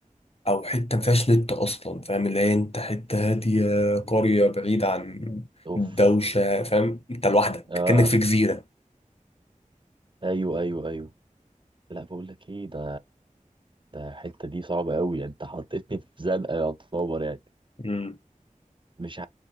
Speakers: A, on the left (about 45°); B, on the right (about 35°).
A: او حتة ما فيهاش نت اصلا فاهم اللي هي انت حتة هادية قرية بعيدة عن
B: اوف
A: الدوشة فاهم انت لوحدك
B: اه
A: كأنك في جزيرة
B: ايوه ايوه ايوه لا بقول لك ايه ده ده الحته دي صعبه قوي انت حطيتني في زنقه يا طوبر يعني
A: مم.
B: مش